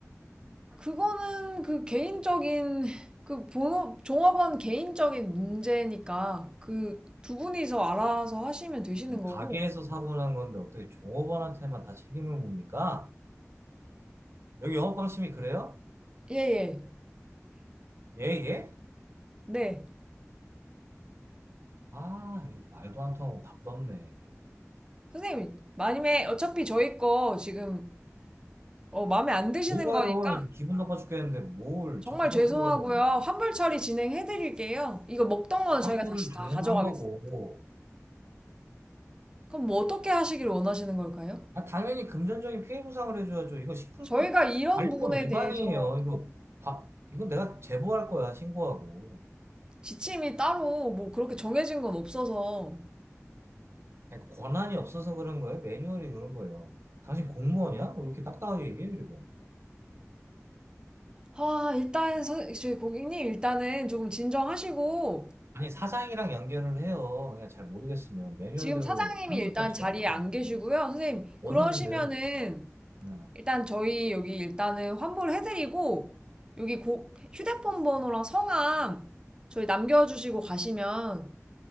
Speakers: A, on the right; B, on the right.
A: 그거는 그 개인적인 그 본업 종업원 개인적인 문제니까 그 두 분이서 알아서 하시면 되시는
B: 아니,
A: 거고.
B: 가게에서 사고 난 건데 어떻게 종업원한테만 다 책임을 묻니까? 여기 영업방침이 그래요?
A: 예, 예.
B: 예, 예?
A: 네.
B: 아, 이거 말도 안 통하고 답도 없네.
A: 선생님, 만약에 어차피 저희 거 지금 어, 마음에 안 드시는
B: 뭐가요?
A: 거니까
B: 지금 기분 나빠 죽겠는데 뭘
A: 정말
B: 자꾸 설득을
A: 죄송하고요.
B: 하려고.
A: 환불 처리 진행해 드릴게요. 이거 먹던 거는
B: 환불은
A: 저희가 다시
B: 당연한
A: 다 가져가겠습니다.
B: 거고.
A: 그럼 뭐 어떻게 하시길 원하시는 걸까요?
B: 아, 당연히 금전적인 피해 보상을 해줘야죠. 이거 식품법
A: 저희가 이런
B: 관리법
A: 부분에
B: 위반이에요.
A: 대해서
B: 이거 바, 이건 내가 제보할 거야, 신고하고.
A: 지침이 따로 뭐 그렇게 정해진 건 없어서
B: 아니, 그 권한이 없어서 그런 거예요? 매뉴얼이 그런 거예요. 당신 공무원이야? 왜 이렇게 딱딱하게 얘기해, 그리고.
A: 아, 일단, 선- 저희 고객님, 일단은 조금 진정하시고,
B: 아니, 사장이랑 연결을 해요. 그냥 잘 모르겠으면. 매뉴얼대로
A: 지금 사장님이
B: 하는
A: 일단
B: 것 같지도
A: 자리에
B: 않더만.
A: 안 계시고요. 선생님,
B: 어디
A: 그러시면은,
B: 있는데요? 네.
A: 일단 저희 여기 일단은 환불 해드리고, 여기 고- 휴대폰 번호랑 성함, 저희 남겨주시고 가시면,